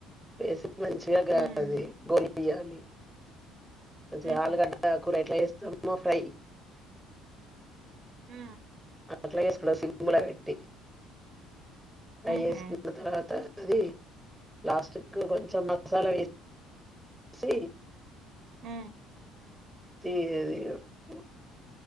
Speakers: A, in the centre; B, on the right.
A: వేసి మంచిగా కాలది
B: ఉమ్
A: బోలియ్యాలి మంచిగా
B: ఉహు
A: ఆలుగడ్డ కూర ఎట్ల చేస్తం మొత్తం ఫ్రై
B: ఆ
A: అట్లా కూడా సి <unintelligible> మెల పెట్టి ఫ్రై
B: ఉహు
A: చేేసుకున్న తర్వాత అది లాస్ట్ కి కొంచెం మసాలా వేసి సి
B: ఉ
A: త <unintelligible>